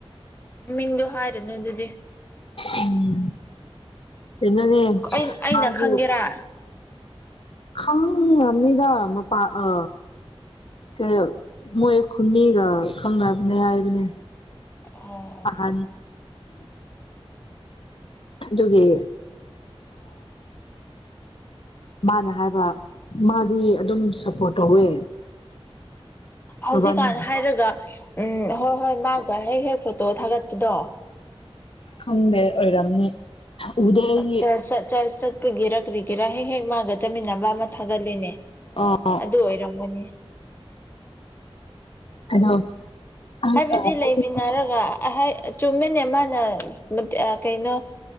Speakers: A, on the left; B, on the left.
A: ꯃꯤꯗꯨ ꯍꯥꯔꯅ ꯑꯗꯨ
B: ꯎꯝ ꯆꯣꯅꯦ
A: ꯑꯩꯅ
B: ꯃꯥꯁꯨ
A: ꯈꯪꯒꯦꯔꯥ
B: ꯈꯪꯕꯅꯤꯗ ꯃꯄꯥꯥꯟ ꯑ ꯀꯩ ꯃꯣꯏ ꯈꯨꯟꯅꯤꯒ ꯈꯪꯅꯕꯅꯤ ꯍꯥꯏꯗꯨꯅꯤ
A: ꯑꯣ
B: ꯑꯍꯟ ꯑꯗꯨꯒꯤ ꯃꯥꯅ ꯍꯥꯏꯕ ꯃꯥꯗꯤ ꯑꯗꯨꯝ ꯁꯞꯄꯣꯔꯠ ꯇꯧꯋꯦ
A: ꯍꯧꯖꯤꯛꯀꯥꯟ
B: ꯃꯕꯥꯅꯤ
A: ꯍꯥꯏꯔꯒ ꯎꯝ ꯍꯣꯏ ꯍꯣꯏ ꯃꯥꯒ ꯍꯦꯛ ꯍꯦꯛ ꯐꯣꯇꯣ ꯊꯥꯒꯠꯄꯗꯣ
B: ꯈꯪꯗꯦ ꯑꯣꯏꯔꯝꯅꯤ ꯎꯗꯦ ꯑꯩꯗꯤ
A: ꯆꯔꯁ ꯆꯔꯁ ꯀꯨꯒꯦꯔꯥ ꯀꯔꯤꯒꯦꯔꯥ ꯍꯦꯛ ꯍꯦꯛ ꯃꯥꯒ ꯆꯠꯃꯤꯟꯅꯕ ꯑꯃ ꯊꯥꯒꯠꯂꯤꯅꯦ
B: ꯑꯥ
A: ꯑꯗꯨ ꯑꯣꯏꯔꯝꯒꯅꯤ
B: ꯑꯗꯣ
A: ꯎꯝ
B: ꯍꯧꯖꯤꯛꯇꯤ
A: ꯍꯥꯏꯕꯗꯤ ꯂꯩꯃꯤꯟꯅꯔꯒ ꯆꯨꯝꯃꯤꯅꯦ ꯃꯥꯅ ꯀꯩꯅꯣ